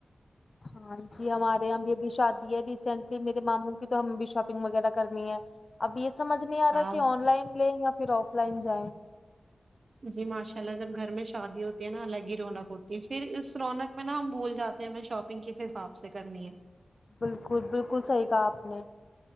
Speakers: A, on the left (about 50°); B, on the right (about 60°).
A: ہاں جی ہمارے یہاں بھی ابھی شادی ہے ریسینٹلی میرے ماموں کی تو ہمیں بھی شاپنگ وغیرہ کرنی ہے ابھی سمجھ نہیں ا
B: ہاں
A: رہا کہ آن لائن لے یا پھر آف لائن جائیں
B: جی ماشاء اللہ جب گھر میں شادی ہوتی ہے نا الگ ہی رونق ہوتی ہے پھر اس رونق میں نا ہم بھول جاتے ہیں ہمیں شاپنگ کس حساب سے کرنی ہے
A: بالکل بالکل صحیح کہا آپ نے